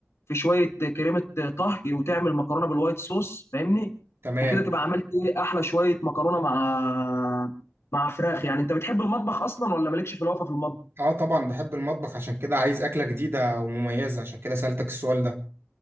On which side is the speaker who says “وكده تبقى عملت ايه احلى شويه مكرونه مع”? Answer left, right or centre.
Left